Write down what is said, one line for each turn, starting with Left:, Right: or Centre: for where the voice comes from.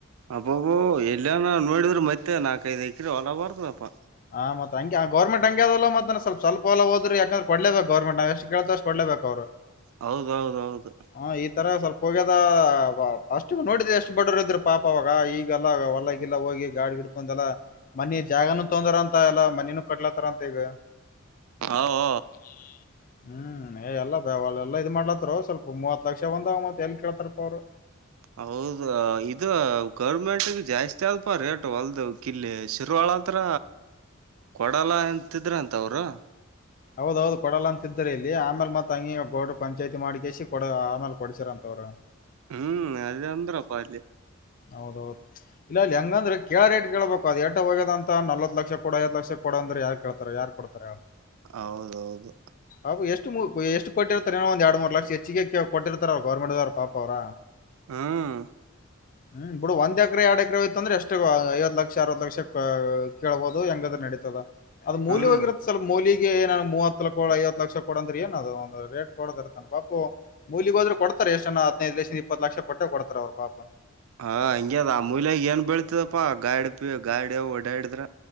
Right: ಅಬೊಬೊ ಎಲ್ಲನ ನೋಡಿದ್ರೆ ಮತ್ತೆ ನಾಕೈದು ಎಕ್ರಿ ಹೊಲಾ ಬರ್ತದಪ್ಪಾ.
Left: ಹಾ ಮತ್ ಹಂಗೆ ಆ ಗರ್ಮಂಟ್ ಹಂಗ್ಯದಲ್ಲ ಮತ್ತ ಸ್ವಲ್ ಸ್ವಲ್ಪ ಹೊದ್ರಿ ಯಕಂದ್ರ ಕೊಡ್ಲೆ ಬೇಕ್ ಗೌರ್ಮೆಂಟ್ ನಾಗ ಎಷ್ಟ್ ಕೇಳ್ತರ ಅಷ್ಟ್ ಕೊಡ್ಲೆ ಬೇಕ್ ಅವ್ರು. <inaudible>
Right: ಹೌದೌದೌದು.
Left: ಹ ಈ ತರ ಸ್ವಲ್ಪ ಹೋಗ್ಯದ ಫಸ್ಟ್ ನೋಡಿದ ಎಷ್ಟು ಬಡವರು ಇದ್ರ ಪಾಪ ಅವಾಗ ಈಗೆಲ್ಲ ಹೊಲ ಇಲ್ಲ ಹೋಗಿ ಗಾಡಿ ಇಡ್ಕೊಂದಲ್ಲ ಮನಿ ಜಾಗನು ತೊಂದ್ರ ಅಂತ ಎಲ್ಲ ಮನಿನು ಕಟ್ಲತಾರ ಅಂತ ಈಗ.
Right: ಅ ವೊ.
Left: ಹ <unintelligible> ಹ್ಮ್ ಏ ಎಲ್ಲ ಬ ಎಲ್ಲ ಇದ್ <unintelligible> ಮಾಡ್ಲತ್ತರು ಸ್ವಲ್ಪ ಮೂವತ್ ಲಕ್ಷ ಒಂದ ಮೂತ್ ಎಲ್ ಕೇಳ್ತಾರಪ್ಪ ಅವ್ರು.
Right: ಹೌದ ಇದು ಗೌರ್ಮೆಂಟ್ ಜಾಸ್ತಿ ಆದಪಾ ರೇಟ್ ಹೊಲ್ದ ಕಿಲ್ಲಿ ಶೀರ್ವಾಳ. ಹತ್ರ ಕೊಡಲ್ಲ ಅಂತಿದ್ರಂತ ಅವ್ರು.
Left: ಹೌದೌದು ಕೊಡಲ್ಲ ಅಂತಿದ್ರಿಲ್ಲಿ ಇಲ್ಲಿ ಆಮೇಲ್ ಮತ್ ಅಂಗೆ ಗೌಡ್ರು ಪಂಚಾಯ್ತಿ ಮಾಡ್ಸ್ ಆಮೇಲ್ ಕೊಡ್ಸರಂತವರು.
Right: ಹ್ಮ್ ಅದೆ ಅಂದ್ರಪ್ಪ ಅಲ್ಲಿ.
Left: ಹೌದೌದು ಇಲ್ಲ ಅಲ್ಲಿ ಹೆಂಗಂದ್ರೆ ಕೇಳ ರೇಟ್ ಕೇಳ್ಬೇಕು ಅದು ಎಟ ಹೋಗ್ಯದಂತ ನಲವತ್ ಲಕ್ಷ ಕೊಡು ಐವತ್ ಲಕ್ಷ ಕೂಡ ಅಂದೆ ಯಾರ್ ಕೇಳ್ತಾರ ಯಾರ್ ಕೊಡ್ತಾರ. <inaudible>
Right: ಹೌದೌದು
Left: ಪಾಪ ಎಷ್ಟು ಎಷ್ಟು ಕೊಟ್ಟಿರ್ತಾರೆ ಏಳು ಒಂದ ಎರಡು ಮೂರು ಲಕ್ಷ ಹೆಚ್ಚಿಗೆ ಕೊಟ್ಟಿರ್ತಾರೆ ಅವ ಗೌರ್ಮೆಂಟ್ ದವ್ರ ಪಾಪ ಅವ್ರ.
Right: ಹ್ಮ್
Left: ಹ್ಮ್ ಬಿಡು ಒಂದ್ ಎಕ್ರೆ ಎರಡ್ ಎಕ್ರೆ ಹೊಯ್ತು ಅಂದ್ರೆ ಎಷ್ಟು ಐವ್ ಲಕ್ಷ ಅರವತ್ ಲಕ್ಷ ಕೇಳ್ಬದು ಹೆಂಗ್ರ ಅಂದ್ರೆ ನಡೀತದೆ. ಅದು ಮೌಲ್ಯವಾಗಿರೊ.
Right: ಹ್ಮ್
Left: ಸ್ವಲ್ಪ ಮೂಲಿಗೆ ಏನನ್ ಮೂವತ್ ಕೊಡು ಐವತ್ ಲಕ್ಷ ಕೊಡು ಅಂದ್ರೆ ಏನ್ ಅದು ಒಂದು ರೇಟ್ <unintelligible> ಪಾಪು ಕೊಲಿಗ್ ಹೋದ್ರೆ ಕೊಡ್ತಾರೆ ಎಷ್ಟನ ಹದಿನೈದ್ ಲಕ್ಷದಿಂದ ಇಪ್ಪತ್ ಲಕ್ಷ ಕೊಟ್ಟೆ ಕೊಡ್ತಾರೆ ಅವ್ರ ಪಾಪ.
Right: ಹಾ ಹಂಗೆದ ಆ ಮೂಲ್ಯಾಗ ಏನ್ ಬೆಳ್ತದಪ್ಪಾ ಗಾಡಿ ಪಿ ಗಾಡ ಓಡಾಡಿದ್ರ.